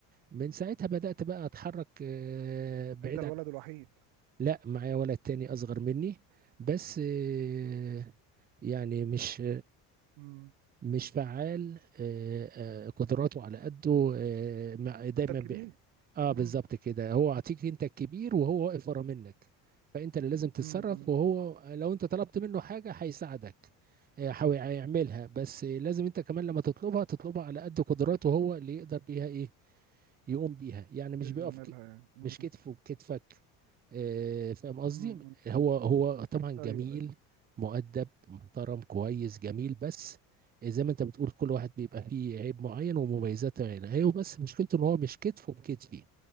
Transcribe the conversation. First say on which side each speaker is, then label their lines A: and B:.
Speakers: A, on the right; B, on the right.
A: من ساعتها بدأت بقى أتحرك آه، بعيد
B: انت الولد
A: عن
B: الوحيد
A: لا معايا ولد تاني أصغر مني بس آه، يعني مش
B: امم
A: مش فعال آه، آه، قدراته على قده آه، مع- دايما
B: انت الكبير
A: ب... اه
B: امم
A: بالظبط كده هو عطيك انت الكبير وهو واقف ورا منك فانت اللي لازم تتصرف
B: امم
A: وهو لو انت طلبت منه حاجه هيساعدك آه، هو هيعملها بس لازم انت كمان لما تطلبها تطلبها على قد قدراته هو اللي يقدر بيها ايه يقوم بيها يعني مش
B: يزملها
A: بيقف ك...
B: يعني امم
A: مش كتفه بكتفك آه، فاهم قصدي
B: امم
A: هو هو طبعا جميل
B: ايوه
A: مؤدب محترم كويس جميل بس زي ما انت بتقول كل واحد بيبقى فيه عيب معين ومميزات معينة هي بس مشكلته ان هو مش كتفه بكتفي